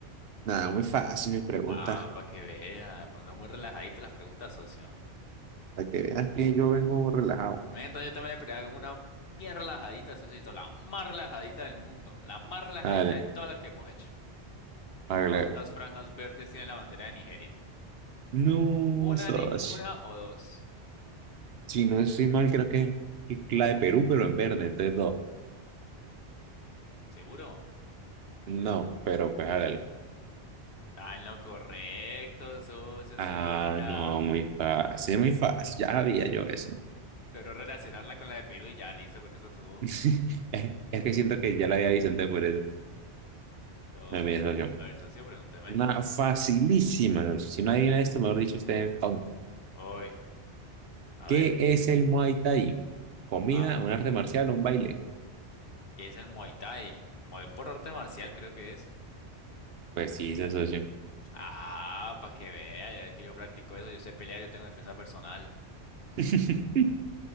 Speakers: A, on the right; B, on the left.
A: Nada, muy fácil mis preguntas.
B: Ah, para que vea. Preguntas muy relajaditas las preguntas, socio.
A: Para que veas que yo vengo relajado.
B: Venga, Entonces yo también le pregunto una bien relajadita, socito. La más relajadita del mundo. La más relajadita
A: Dale,
B: de todas las que hemos hecho.
A: hágale.
B: ¿Cuántas
A: hágale.
B: franjas verdes tiene la bandera de Nigeria?
A: No,
B: ¿Una,
A: socio.
B: ninguna o dos?
A: Si no estoy mal, creo que es la de Perú, pero en verde, entonces dos.
B: ¿Seguro?
A: No, pero pues hágale.
B: Está en lo correcto, socio,
A: Ah,
B: si era.
A: no, muy fácil, muy fácil, ya había yo eso.
B: Logró relacionarla con la de Perú y ya listo, con eso tuvo.
A: <laughs> Es, es que siento que ya lo había visto antes por eso,
B: No,
A: no mi asociación.
B: a ver, socio, pregúnteme.
A: Una facilísima, si no adivina esto, mejor dicho, usted es tonto.
B: Hoy, a
A: ¿Qué
B: ver,
A: es el Muay Thai? ¿Comida,
B: ah,
A: un arte marcial, o un baile?
B: ¿qué es el Muay Thai? Muay por arte marcial, creo que es.
A: Pues sí, es asociación.
B: Ah, para que vea, ya es que yo practico eso, yo sé pelear, yo tengo defensa personal. <laughs>
A: <laughs>